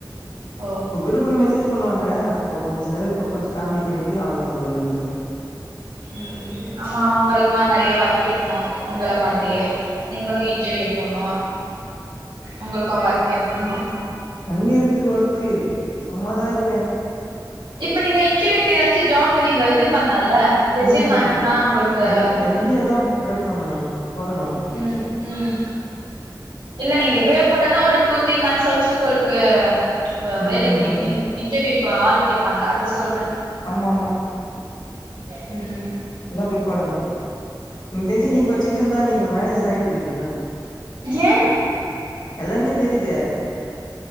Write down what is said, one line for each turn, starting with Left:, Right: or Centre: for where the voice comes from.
Right: ஓ
Left: இப்ப குரூப்ல மெசேஜ் பண்ணுவாங்க அப்போ கொஞ்ச நே கொஞ்ச காமெடி பண்ணி ட்டு அவ்ளோ தா அதோட விந்துருவே
Right: உம் ஆமா அவங்களுக்கெல்லா நெறைய ஒர்க் இருக்கு உங்கள மாதிரியே நீங்களு இன்டர்வியூ போனு உங்களுக்கு ஒர்க் இருக்கு
Left: எங்க இருக்கு ஒர்க்கு சும்மாதா இருக்கே
Right: இப்ப நீங்க இன்டர்வியூக்கு ஏதாச்சு ஜாப்க்கு நீங்க இது பண்லால்ல ரெசியும்
Left: ம்
Right: அனுப்புனா உங்களுக்கு
Left: எம் எம் பி ஏ தா ட்ரை பண்ணனும் போடணும் <unintelligible>
Right: ம் ம் இல்ல நீங்க இப்பயே போட்டாதா ஒரு டூ த்ரீ மந்த்ஸ் வச்சு உங்களுக்கு வே
Left: ம்
Right: வேலைக்கு இன் இன்டர்வியூக்கு ஆள் கே ப்பாங்க அது சொல்றே
Left: ஆமா
Right: ம்
Left: இனி தா போய் போடணு எனக் தெரிஞ்சு நீங்க பட்சிட்டு இருந்தா நீங்க ஒரு மேனேஜர் ஆயிட்டு இருப்பீங்க
Right: ஏ
Left: எல்லாமே தெரியி இத